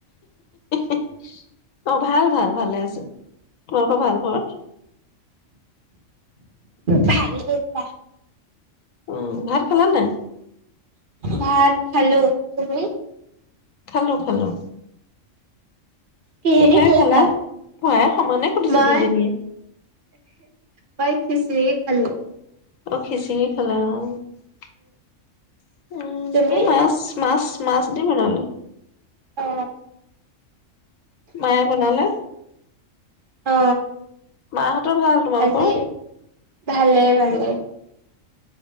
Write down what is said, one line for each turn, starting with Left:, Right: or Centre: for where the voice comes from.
Left: অ', ভাল ভাল ভালে আছো। তোমালোকৰ ভাল ঘৰত?
Right: ভালেই দিয়া।
Left: উম, ভাত খালা নে নাই?
Right: ভাত খালো তুমি?
Left: খালো খালো।
Right: কিহেদি
Left: কিহেৰে খালা?
Right: ভাত
Left: ওৱাই সমানে সুধিছো
Right: মই
Left: দুইজনীয়ে।
Right: মই খিচিৰি খালো।
Left: অ খিচিৰি খালা অ। উম,
Right: তুমি
Left: মাছ মাছ মাছ দি বনালো।
Right: অ
Left: মায়ে বনালে।
Right: অ।
Left: মা হত হতৰ ভাল তোমালোকৰ?
Right: আজি ভালে ভালে।